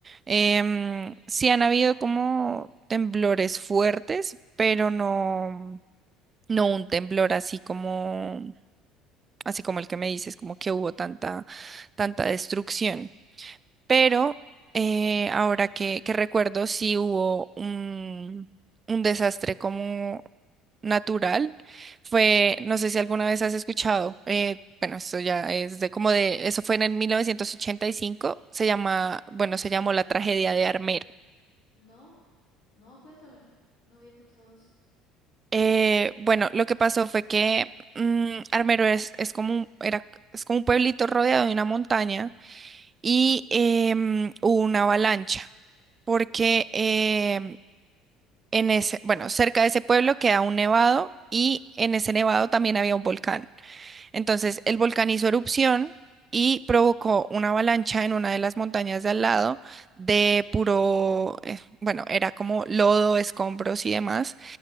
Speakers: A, on the right; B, on the left.
A: Em, sí han habido como temblores fuertes, pero no, no un temblor así como así como el que me dices, como que hubo tanta, tanta destrucción. Pero eh, ahora que, que recuerdo, sí hubo un, un desastre como natural. Fue, no sé si alguna vez has escuchado, eh, bueno, eso ya es de como de, eso fue en el 1985, se llama, bueno, se llamó la tragedia de Armero.
B: No, no, cuéntame. No había escuchado de eso.
A: Eh, bueno, lo que pasó fue que mm, Armero es, es como un, era, es como un pueblito rodeado de una montaña y em, hubo una avalancha, porque em, en ese, bueno, cerca de ese pueblo queda un nevado y en ese nevado también había un volcán. Entonces el volcán hizo erupción y provocó una avalancha en una de las montañas de al lado de puro, eh, bueno, era como lodo, escombros y demás,